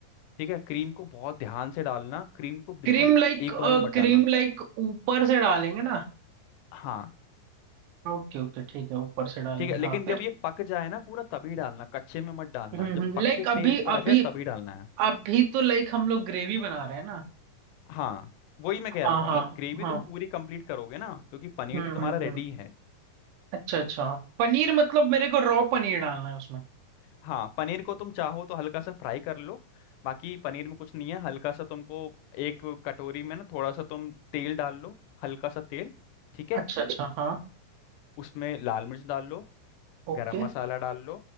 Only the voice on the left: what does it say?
ठीक है क्रीम को बहुत ध्यान से डालना क्रीम को बिल्कुल
एक बार में मत
डालना
हाँ
ठीक है लेकिन
जब ये पक जाए ना पूरा तभी डालना कच्चे में मत डालना
जब
पक
के तेल
ऊपर
आ जाए तभी डालना है
हाँ वही मैं कह
रहा हूँ क्योंकि
ग्रेवी
तुम पूरी कंप्लीट करोगे ना क्योंकि पनीर
तो तुम्हारा
रेडी
है
हाँ पनीर को तुम चाहो तो हल्का सा फ्राई कर लो बाकी पनीर में कुछ नहीं है हल्का सा तुमको एक कटोरी में ना थोड़ा सा तुम तेल डाल लो हल्का सा तेल ठीक है
उसमें लाल मिर्च डाल लो
गरम मसाला डाल लो